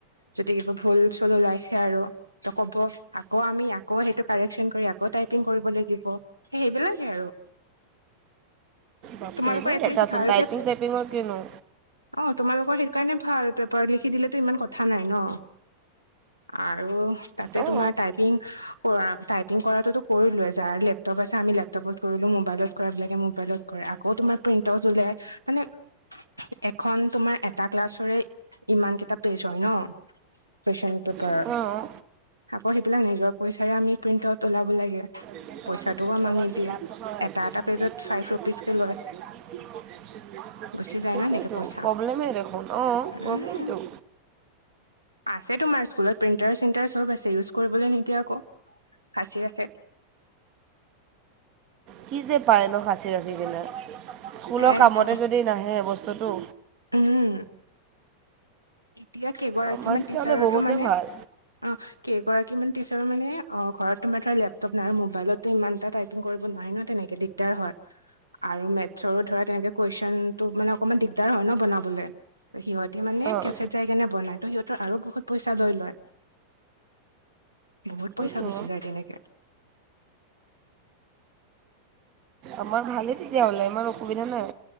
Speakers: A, on the right (about 85°); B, on the right (about 40°).
A: যদি কিবা ভুল ওলাইছে আৰু। ত' ক'ব, আকৌ আমি, আকৌ সেইটো, কাৰেকচন কৰি, আকৌ টাইপিং কৰিব লাগিব। এ, সেইবিলাকে আৰু।
B: বাপৰে!
A: তোমালোকৰ
B: ইমান
A: এটলিষ্ট
B: লেঠাচোন,
A: ভাল
B: টাইপিং-চাইপিংৰ
A: যে
B: কিনো।
A: অ'! তোমালোকৰ সেইকাৰণে ভাল! পেপাৰত লিখি দিলেতো ইমান কথা নাই ন'। আৰু তাতে
B: অঁ
A: তোমাৰ টাইপিং কৰা, টাইপিং কৰাটোতো, কৰিলোৱে। যাৰ লেপটপ আছে, আমি লেপটপত কৰিলোঁ। মোবাইলত কৰাবিলাকে, মোবাইলত কৰে। আকৌ, তোমাৰ প্ৰিণ্ট আউট উলিয়াই। মানে, এখন তোমাৰ, এটা ক্লাছৰে, ইমান কেইটা পেজ হয় ন', কুৱেশ্চন পেপাৰ।
B: অঁ
A: আকৌ, সেইবিলাক নিজৰ পইচাৰে আমি, প্ৰিন্ট আউট ওলাব লাগে।
B: <unintelligible> সেইটোয়েইটো
A: পইচাটোও আমাক নিদিয়ে এটা এটা পেজত ফাইভ ৰুপিজ কে লয় গুচি যায় ন এনেকে পইচা
B: প্ৰব্লেমেই দেখোন অ',
A: উম
B: প্ৰব্লেমটো।
A: আছে তোমাৰ স্কুলত প্ৰিণ্টাৰ চিণ্টাৰ চব আছে ইউজ কৰিবলৈ নিদিয়া আকৌ। সাঁচি ৰাখে
B: কি যে পায় ন সাঁচি ৰাখি কিনে। স্কুলৰ
A: একদম
B: কামতে যদি নাহে বস্তুটো
A: উম এতিয়া কেইগৰাকীমান
B: আমাৰ তেতিয়াহ'লে
A: টিচাৰৰতো
B: বহুতে
A: মানে
B: ভাল
A: আ কেইগৰাকী মান টিচাৰৰ মানে ঘৰত তোমাৰ ধৰা লেপটপ নাই মবাইলতো ইমানটা টাইপ পিং কৰিব নোৱাৰি ন তেনেকে দিকদাৰ হয় আৰু মেটচৰো ধৰা তেনেকে কুৱেচন টো মানে অকমান দিগদাৰ হয় ন বনাবলে ত'সিহঁতি মানে
B: অঁ
A: কেফেত যাই কেনে বনাই তো সিহঁতৰ আৰু বহুত পইচা লৈ লয় বহুত পইচা
B: তো
A: গুচি যায় তেনেকে
B: আমাৰ ভালেই তেতিয়াহলে ইমান অসুবিধা নাই